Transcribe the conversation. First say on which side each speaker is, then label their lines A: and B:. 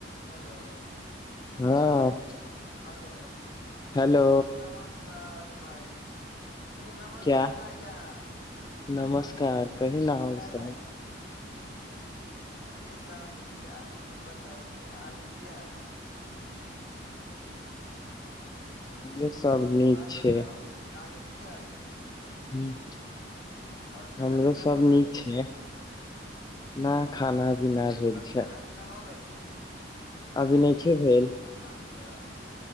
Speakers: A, on the left; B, on the left.
A: Hello
B: हँ
A: hello
B: hello
A: जी नमस्कार भाइ जी नमस्कार
B: क्या
A: भाइजान
B: नमस्कार कही न आओर सब
A: भाई जी सब नीक छै आप अपन बताय छी अहाँ के की हाल छै
B: हमरो सब
A: एक
B: नीक
A: बात
B: छै
A: बताउ अहाँके की हाल छै
B: हुँ
A: और खाना
B: हमरो
A: पीना
B: सब
A: हो
B: नीक
A: गेल
B: छै नय खाना पीना भेल
A: और
B: छै
A: खाना पीना हो गेल छै
B: अभी नय खे भेल
A: अच्छा